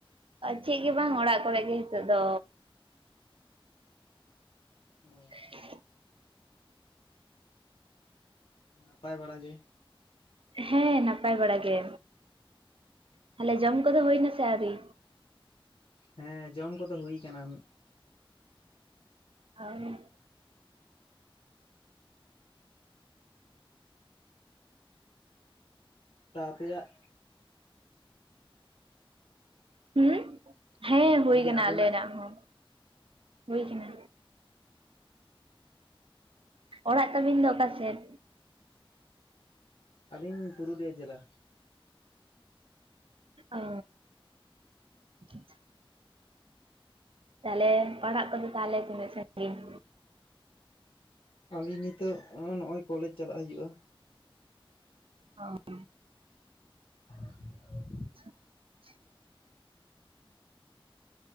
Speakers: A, on the right (about 70°); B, on the left (about 80°).
A: ᱪᱮᱫ ᱜᱮ ᱵᱟᱝ ᱚᱲᱟᱜ ᱠᱚ ᱨᱮ ᱜᱮ ᱦᱤᱛᱚᱜ ᱫᱚ
B: ᱚ
A: <inaudible>
B: ᱱᱟᱯᱟᱭ ᱵᱟᱲᱟᱟᱜ ᱜᱮ᱾
A: ᱦᱮᱸ ᱱᱟᱯᱟᱭ ᱵᱟᱲᱟ ᱜᱮ, ᱛᱟᱦᱚᱞᱮ ᱡᱚᱢ ᱠᱚᱫᱚ ᱦᱩᱭᱱᱟᱥᱮ ᱟᱹᱣᱨᱤ?
B: ᱦᱮᱸ ᱡᱚᱢ ᱠᱚᱫᱚ ᱦᱩᱭ ᱟᱠᱟᱱᱟ᱾
A: ᱟᱨ <inaudible>
B: ᱛᱟ ᱟᱯᱮᱭᱟᱜ
A: ᱦᱩᱸ ᱦᱮᱸ ᱦᱩᱭ
B: ᱡᱩᱫᱤ
A: ᱠᱟᱱᱟ
B: ᱟᱵᱮᱱᱟᱜ
A: ᱟᱞᱮᱱᱟᱜ ᱦᱚᱸ ᱦᱩᱭ ᱠᱟᱱᱟ᱾ ᱚᱲᱟᱜ ᱛᱟᱹᱵᱤᱱ ᱫᱚ ᱚᱠᱟ ᱥᱮᱫ?
B: ᱟᱞᱤᱧ ᱯᱩᱨᱩᱞᱤᱭᱟᱹ ᱡᱮᱞᱟ᱾
A: ᱚ <unintelligible> ᱛᱟᱦᱚᱞᱮ ᱯᱟᱲᱦᱟᱜ ᱠᱚᱫᱚ ᱛᱟᱦᱚᱞᱮ ᱛᱤᱱᱟᱹᱜ ᱥᱟᱺᱟᱜᱤᱧ?
B: ᱟᱹᱞᱤᱧ ᱱᱤᱛᱚᱜ ᱱᱚᱜᱼᱚᱭ ᱠᱚᱞᱮᱡᱽ ᱪᱟᱞᱟᱜ ᱦᱩᱭᱩᱜ-ᱟ
A: ᱚ
B: <inaudible>
A: <unintelligible>